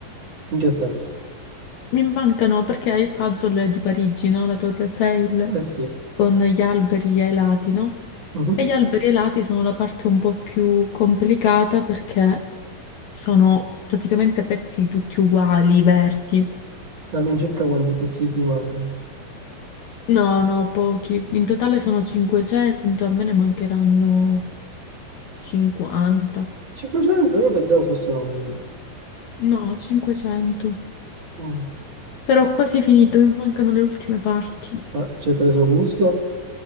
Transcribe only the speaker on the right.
In che senso?
Eh sì,
Mhm.
All'incirca quanti pezzi ti mancano?
500? Io pensavo fossero 1000.
Mm.
Ma ci hai preso gusto?